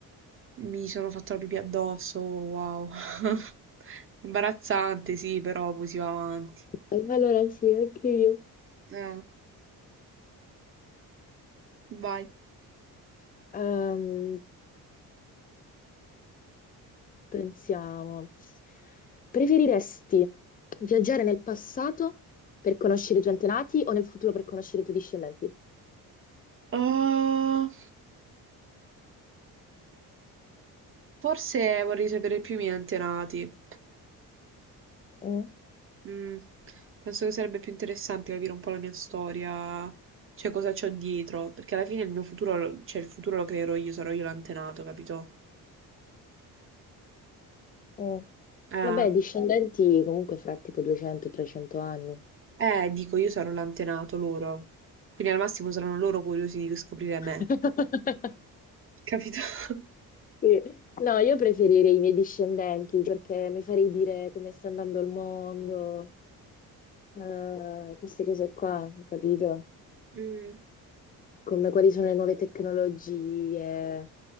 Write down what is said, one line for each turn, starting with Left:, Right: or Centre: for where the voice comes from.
Right: mi sono fatto la pipì addosso, wow. <laughs> Imbarazzante, sì, però poi si va avanti.
Left: Beh, allora sì, anche io.
Right: Eh, vai.
Left: Ehm, pensiamo. Preferiresti viaggiare nel passato per conoscere i tuoi antenati o nel futuro per conoscere i tuoi discendenti?
Right: Uh, forse vorrei sapere più i miei antenati.
Left: Mm,
Right: Mm, penso che sarebbe più interessante capire un po' la mia storia, cioè cosa c'ho dietro, perché alla fine il mio futuro, lo- cioè il futuro lo creerò io, sarò io l'antenato, capito?
Left: mm.
Right: Eh,
Left: Vabbè, discendenti comunque fra tipo 200-300 anni.
Right: eh, dico, io sarò l'antenato loro. Quindi al massimo saranno loro curiosi di scoprire me,
Left: <laughs>
Right: capito? <laughs>
Left: Sì. No, io preferirei i miei discendenti perché mi farei dire come sta andando il mondo, eh, queste cose qua, capito?
Right: Mm.
Left: Come quali sono le nuove tecnologie,